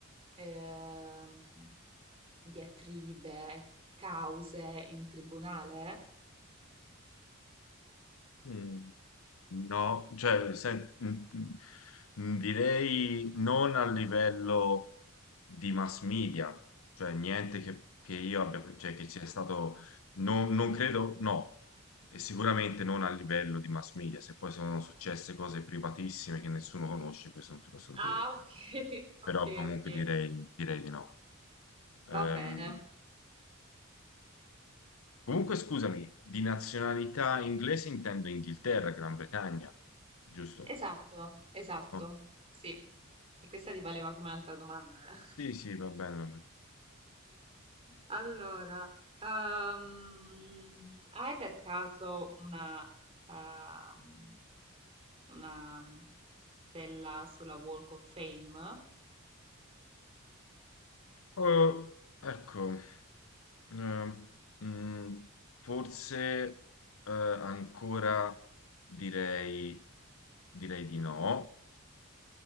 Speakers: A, on the right (about 30°); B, on the left (about 75°).
A: ehm, diatribe, cause in tribunale?
B: Mm, No, cioè, sen- mm, mm, direi non a livello... di mass media, cioè niente che, che io abbia, cioè che sia stato, non, non credo, no, e sicuramente non a livello di mass media, se poi sono successe cose privatissime che nessuno conosce, questo non te lo so
A: Ah,
B: dire,
A: ok, <laughs> ok,
B: però comunque
A: ok.
B: direi, direi di no. Ehm,
A: Va bene.
B: comunque scusami, di nazionalità inglese intendo Inghilterra, Gran Bretagna, giusto?
A: Esatto, esatto.
B: Oh,
A: Sì. E questa ti valeva come altra domanda, eh?
B: Sì, sì, va bene, va bene.
A: Allora, ehm, hai per caso una, ehm, una stella sulla Walk of Fame?
B: Oh, ecco. Ehm, mm, forse eh, ancora direi, direi di no,